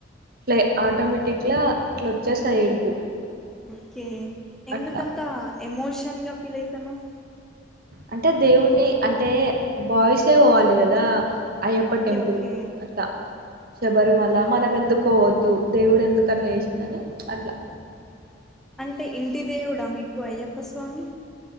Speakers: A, on the right (about 50°); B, in the centre.
A: ఇట్లా ఆటోమేటిక్గా ఇట్లా వచ్చేస్తాయి ఏడుపు
B: ఓకే ఎందుకంత
A: అట్లా
B: ఎమోష్ న్ గా ఫీల్ అయితన్నవ్
A: అంటే దేవుణ్ణి అంటే బాయసే పోవాలి కదా అయ్యప్ప
B: ఓకే
A: టెంపుల్
B: ఓకే
A: అట్లా శబరిమల
B: ఆహా
A: మనం ఎందుకు పోవద్దు దేవుడు ఎందు ఎందుకట్లా వేసిందని అట్లా
B: అంటే ఇంటి దేవుడా మీకు అయ్యప్ప స్వామి